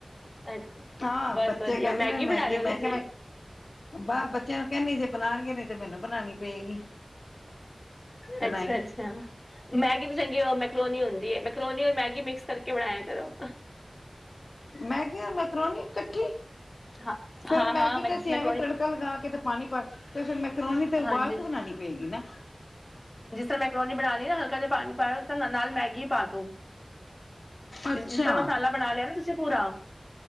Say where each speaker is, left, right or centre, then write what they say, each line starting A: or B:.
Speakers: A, on the left (about 25°); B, on the left (about 80°).
A: ਅੱਛਾ,
B: ਹਾਂ
A: ਬਸ
B: ਬੱਚੇ
A: ਵਧੀਆ
B: ਕਹਿੰਦੇ
A: ਮੈਗੀ
B: ਨੇ ਮੈਂਗੀ
A: ਬਣਾ ਰਹੇ
B: ਮੈਂ
A: ਹੋ ਤੁਸੀਂ
B: ਕਿਹਾ ਮੈਂ, ਬ ਬੱਚਿਆਂ ਨੂੰ ਕਹਿੰਦੀ ਜੇ ਬਣਾਉਣਗੇ ਨ ਤੇ ਮੇ ਮੈਨੂੰ ਬਣਾਉਣੀ ਪਏਗੀ, ਬਣਾਏਗੀ
A: ਅੱਛਾ ਅੱਛਾ ਮੈਗੀ ਤੋਂ ਚੰਗੀ ੳਹ ਮੈਕਰੋਨੀ ਹੁੰਦੀ ਹੈ, ਮੈਕਰੋਨੀ ਔਰ ਮੈਗੀ ਮਿਕਸ ਕਰਕੇ ਬਣਾਇਆ ਕਰੋ।
B: ਮੈਂਗੀ ਔਰ ਮਕਰੋਣੀ ਇਕੱਠੀ!
A: ਹਾਂ
B: ਚਲੋਂ
A: ਹਾਂ
B: ਮੈਗੀ
A: ਹਾਂ ਮੈਂ
B: ਤੇ
A: ਜਿਸ
B: ਅਸੀ ਐਵੇਂ
A: ਮੈਕਰੋਨੀ
B: ਤੜਕਾ ਲਗਾ ਕੇ ਤੇ ਪਾਣੀ ਪਾ ਤੇ ਫਿਰ ਮੈਂ ਕਰੋਣੀ ਤੇ ਉਬਾਲ
A: ਹਾਂਜੀ
B: ਕੇ ਬਣਾਉਣੀ ਪਏਗੀ ਨਾ
A: ਜਿਸ ਤਰ੍ਹਾਂ ਮੈਕਰੋਨੀ ਬਣਾ ਲਈ ਨਾ, ਹਲਕਾ ਜਿਹਾ ਪਾਣੀ ਪਾ ਨਾਲ ਮੈਗੀ ਪਾ ਦੋ
B: ਅੱਛਾ
A: ਜਿਸ ਤਰ੍ਹਾਂ ਮਸਾਲਾ ਬਣਾ ਲਿਆ ਨਾ ਤੁਸੀਂ ਪੂਰਾ